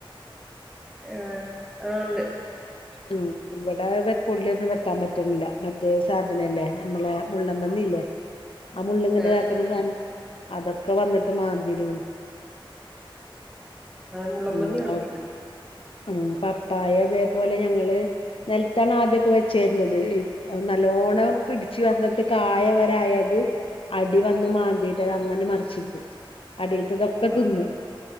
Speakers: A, in the centre; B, on the left (about 80°).
A: ആഹ് ആഹ് ഉണ്ട്.
B: ഉം ഇവിടെ കൊള്ളിയൊന്നും വെക്കാൻ പറ്റുന്നില്ല മറ്റേ സാധനമില്ലേ നമ്മളേ മുള്ളൻ പന്നി ല്ലേ ആ മുള്ളിങ്ങനെ
A: ആഹ്
B: ഇതാക്കണ സാധനം അതൊക്കെ വന്നിട്ട് മാന്തിടണം
A: ആഹ് മുള്ളൻ
B: ഉം
A: പന്നി <unintelligible>
B: അത് ഉം പപ്പായ അതേപോലെ ഞങ്ങള് നെലത്താണ് ആദ്യൊക്കെ വെച്ചെരുന്നത് നല്ലോണം പിടിച്ചു വന്നിട്ട് കായവരായത് അടി വന്ന് മാന്തിയിട്ട് അത് അങ്ങനെ മറിച്ചിട്ടു. അടിൽത്തത് ക്കെ
A: ആഹ്
B: തിന്ന്